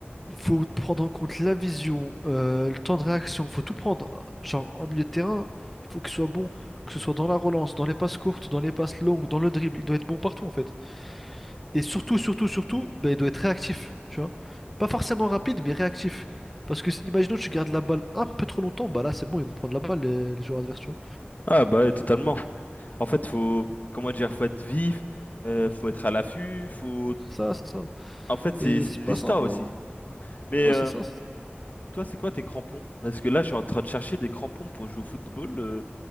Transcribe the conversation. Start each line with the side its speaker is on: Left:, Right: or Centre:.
Centre: il faut prendre en compte la vision, euh, le temps de réaction, faut tout prendre. Genre en milieu de terrain, il faut qu'il soit bon, que ce soit dans la relance, dans les passes courtes, dans les passes longues, dans le dribble, il doit être bon partout en fait. Et surtout, surtout, surtout, ben, il doit être réactif, tu vois. Pas forcément rapide, mais réactif. Parce que si- imaginons que tu gardes la balle un peu trop longtemps, bah là c'est bon, ils vont prendre la balle les, les joueurs adverses, tu vois.
Left: Ah, bah, ouais, totalement. En fait, faut... Comment dire? Faut être vif, euh, faut être à l'affût, faut...
Centre: C'est ça, c'est ça.
Left: En fait, c'est
Centre: Et
Left: c'est
Centre: c'est
Left: une
Centre: pas
Left: vista
Centre: simple,
Left: aussi.
Centre: hein.
Left: Mais...
Centre: Ouais,
Left: euh,
Centre: c'est ça.
Left: Toi, c'est quoi tes crampons? Parce que là, je suis en train de chercher des crampons pour jouer au football, euh,